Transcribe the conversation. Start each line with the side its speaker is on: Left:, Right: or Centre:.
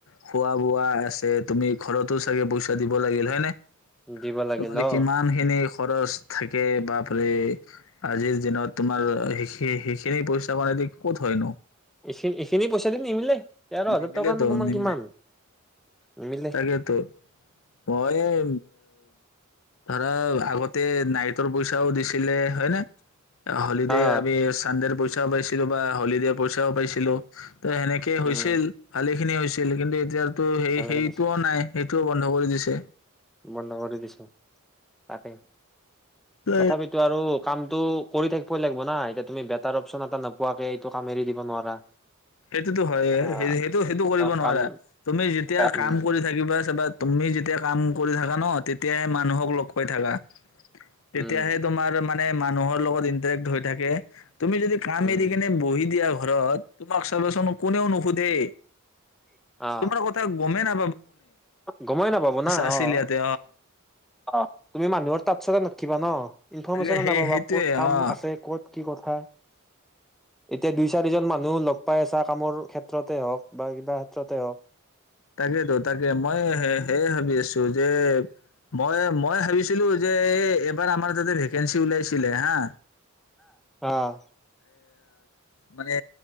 Left: খোৱা বোৱা আছে তুমি ঘৰতো।। চাগে পইচা দিব লাগিল হ হয় নে?
Centre: উম দিব লাগিল
Left: তোমাক
Centre: অ
Left: যিমান খিনি খৰচ থাকে বাপৰে আজিৰ দিনত তোমাৰ সেইখি সেইখিনি পইচা য়েদি ক'ত হয়।।
Centre: এইখিনি এইখিনি পইচা দি নিমিলে। তেৰ হাজাৰ
Left: নিমিলেতো
Centre: টকানো তোমাৰ
Left: নিমিলে
Centre: কিমান নিমিলে
Left: তাকেতো মই <unintelligible> ধৰা আগতে নাইটৰ পইচাও দিছিলে হয় নে হলিডে
Centre: হা
Left: আমি চানদেৰ পই পাইছিলো বা হলিডে পইচাও পাইছিলো ত'সেনেকে হৈছি
Centre: উম
Left: ভালেখিনি হৈছিল কিন্তু এতিয়া তো সেই
Centre: নালাগে
Left: সেইটোও নাই। সেইটোও বন্ধ কৰি দিছে।
Centre: বন্ধ কৰি দিছে তাকে।
Left: তো
Centre: তথাপিতো আৰু কামটো কৰি থাকিবই লাগিব না এতিয়া তুমি বেটাৰ অপশচন এটা নোপোৱাকে এইটো কাম এৰি দিব নোৱাৰা।
Left: সেইটোতো হয়েই,
Centre: আহ
Left: সেইটো, সেইটো কৰিব নোৱাৰা
Centre: কাম
Left: তুমি যেতিয়া কাম
Centre: উম
Left: কৰি থাকিবা চাবা তুমি যেতিয়া কাম কৰি থাকা ন? তে তেতিয়াহে মানুহক লগপাই থকা তেতিয়াহে
Centre: উম
Left: তোমাৰ মানে মানুহৰ লগত ইন্টাৰেক্ট হৈ থাকে। তুমি যদি কাম
Centre: উম
Left: এৰি কিনে বহি দিয়া ঘৰত তোমাক চবাচোন কোনেও নুসোধে
Centre: আহ
Left: তোমাৰ কথা গমে না
Centre: গমেই নাপাব না
Left: আছিল
Centre: অ',
Left: ইয়াতে
Centre: অ', তুমি মানুহৰ তাত <unintelligible> অ'। ইনফৰৰ্মেশ্যন
Left: তাকে সেই
Centre: নাপাব
Left: সেইটোৱে
Centre: ক'ত কাম
Left: অ
Centre: আছে ক'ত কি কথা এতিয়া দুই, চাৰিজন মানুহ লগ পাই আছা কামৰ ক্ষেত্ৰতে হওঁক বা কিবা ক্ষেত্ৰতে হওঁক
Left: তাকেতো তাকে মই স সেয়ে ভাবি আছো যে, মই, মই ভাবিছিলো যে, এই এবাৰ আমাৰ যাতে ভে কেঞ্চি ওলিয়াইছিলে হা।
Centre: আহ
Left: মানে